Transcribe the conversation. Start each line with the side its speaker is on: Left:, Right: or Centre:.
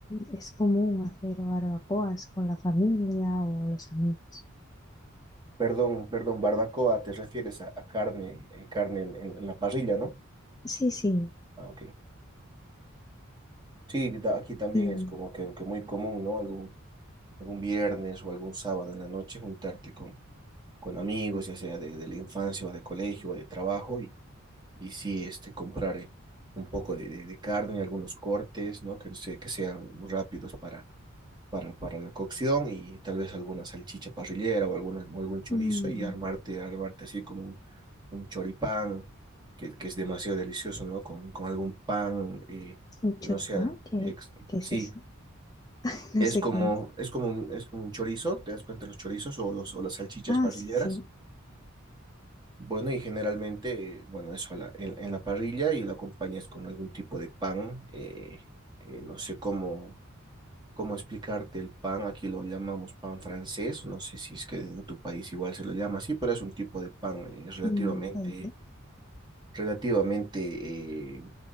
Left: es común hacer barbacoas con la familia o los amigos.
Right: Perdón, perdón, barbacoa, te refieres a, a carne, eh, carne en, en- en la parrilla, ¿no?
Left: Sí, sí.
Right: Ah, ok. Sí, da- aquí también
Left: Y
Right: es como que, que muy común, ¿no? Algún, algún viernes o algún sábado en la noche juntarte con, con amigos, ya sea de, de la infancia o de colegio o de trabajo, y, y sí, este, comprar eh, un poco de, de, de carne, algunos cortes, ¿no? Que, se- que sean rápidos para para, para la cocción y tal vez alguna salchicha parrillera o, alguna, o algún chorizo
Left: mm,
Right: y armarte, armarte así como un, un choripán que, que es demasiado delicioso, ¿no? Con, con algún pan eh,
Left: un choripán,
Right: que no sea...
Left: ¿qué,
Right: ex-
Left: qué es
Right: sí,
Left: eso? <laughs> No
Right: es
Left: sé
Right: como,
Left: qué es.
Right: es como un, es como un chorizo, ¿te das cuenta? Los chorizos o, los, o las salchichas
Left: Ah,
Right: parrilleras.
Left: sí, sí.
Right: Bueno, y generalmente, eh, bueno, eso a la- en, en la parrilla y lo acompañas con algún tipo de pan, eh, eh, no sé cómo cómo explicarte el pan, aquí lo llamamos pan francés, no sé si es que en tu país igual se lo llama así, pero es un tipo de pan eh, relativamente,
Left: Mm, puede ser.
Right: relativamente eh,